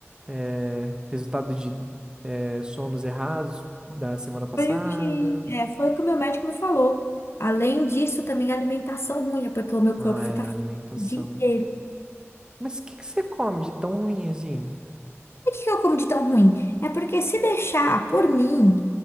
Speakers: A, on the right (about 15°); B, on the left (about 55°).
A: é, resultado de é, sonos errados da semana passada.
B: foi o que, é, foi o que o meu médico me falou. Além disso, também a alimentação ruim, é porque o meu
A: Ah,
B: corpo fica
A: é,
B: fraco
A: alimentação.
B: o dia inteiro.
A: Mas o que que você come de tão ruim assim?
B: Por que que eu como de tão ruim? É porque se deixar por mim,